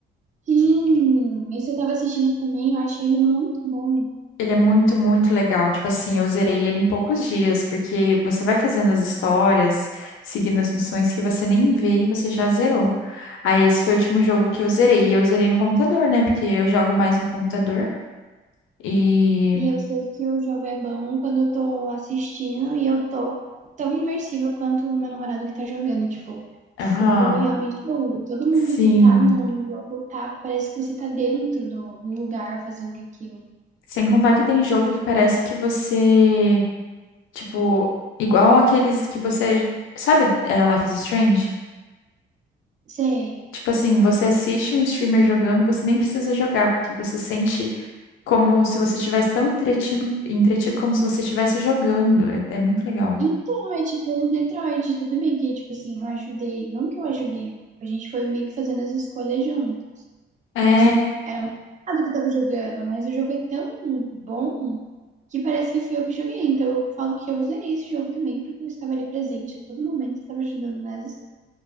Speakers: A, on the right (about 40°); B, on the left (about 85°).
A: Sim, esse eu tava assistindo também, eu achei ele muito bom.
B: Ele é muito, muito legal. Tipo assim, eu zerei ele em poucos dias, porque você vai fazendo as histórias, seguindo as missões que você nem vê e você já zerou. Aí esse foi o último jogo que eu zerei. E eu zerei no computador, né? Porque eu jogo mais no computador. E.
A: E eu sei que o jogo é bom quando eu tô assistindo e eu tô tão imersiva quanto o meu namorado que tá jogando, tipo.
B: Aham,
A: Então o jogo é realmente longo. Todo mundo
B: sim.
A: que tá no, no jogo tá, parece que você tá dentro do, do lugar fazendo aquilo.
B: Sem contar que tem jogo que parece que você. Tipo, igual aqueles que você. Sabe, é, Life is Strange?
A: Sei.
B: Tipo assim, você assiste um streamer jogando e você nem precisa jogar, porque você sente como se você estivesse tão entretido, entretido como se você estivesse jogando. É, é muito legal.
A: Então, é tipo o Detroit, tudo bem que, tipo assim, eu ajudei. Não que eu ajudei, né? A gente foi meio que fazendo as escolhas junto.
B: É,
A: Mas nada que eu tava jogando. Mas o jogo é tão bom que parece que fui eu que joguei. Então eu falo que eu zerei esse jogo também, porque eu estava ali presente a todo momento, estava ajudando nas